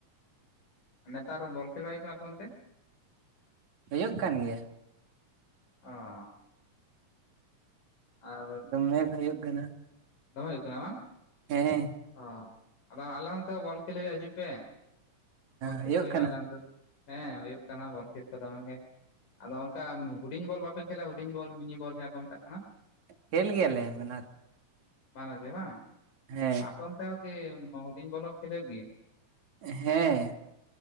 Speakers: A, on the left; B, on the right.
A: ᱱᱮᱛᱟᱨ ᱵᱚᱞ ᱠᱷᱮᱞ ᱵᱟᱭ ᱦᱩᱭᱩᱜ ᱠᱟᱱᱟ ᱟᱯᱮ ᱚᱱᱛᱮ?
B: ᱦᱩᱭᱩᱜ ᱠᱟᱱ ᱜᱮᱭᱟ᱾
A: ᱚᱸ᱾ ᱟᱨ
B: ᱫᱚᱢᱮ ᱦᱩᱭᱩᱜ ᱠᱟᱱᱟ᱾
A: ᱫᱚᱢᱮ ᱦᱩᱭᱩᱜ ᱠᱟᱱᱟ ᱵᱟᱝ?
B: ᱦᱮᱸ᱾
A: ᱚᱸ ᱟᱫᱚ ᱟᱞᱮ ᱚᱱᱛᱮ ᱦᱚᱸ ᱵᱚᱞ ᱠᱷᱮᱞ ᱦᱩᱭᱩᱜᱼᱟ ᱦᱤᱡᱩᱜ ᱯᱮ, ᱵᱚᱞ ᱠᱷᱮᱞ
B: ᱦᱩᱭᱩᱜ
A: ᱠᱚ ᱦᱩᱭᱩᱜᱼᱟ
B: ᱠᱟᱱᱟ
A: ᱟᱞᱮ ᱚᱱᱛᱮ᱾ ᱦᱮᱸ ᱦᱩᱭᱩᱜ ᱠᱟᱱᱟ ᱵᱚᱞ ᱠᱷᱮᱞ ᱠᱚ ᱫᱚᱢᱮ ᱜᱮ ᱟᱫᱚ ᱚᱱᱠᱟ ᱦᱩᱰᱤᱧ ᱵᱚᱞ ᱵᱟ ᱯᱮ ᱠᱷᱮᱞᱟ ᱦᱩᱰᱤᱧ ᱵᱚᱞ ᱢᱤᱱᱤ ᱵᱚᱞ ᱡᱟᱦᱟᱸ ᱠᱚ ᱢᱮᱛᱟᱜ ᱠᱟᱱᱟ?
B: ᱠᱷᱮᱞ ᱜᱮᱭᱟᱞᱮ ᱵᱟᱱᱟᱨ᱾
A: ᱵᱟᱱᱟᱨ ᱜᱮ ᱵᱟᱝ?
B: ᱦᱮᱸ᱾
A: ᱟᱯᱮ ᱚᱱᱛᱮ ᱦᱚᱸ ᱠᱤ ᱦᱩᱰᱤᱧ ᱵᱚᱞ ᱦᱚᱸ ᱠᱷᱮᱞ ᱦᱩᱭᱩᱜ ᱜᱤᱭᱟ?
B: ᱦᱮᱸ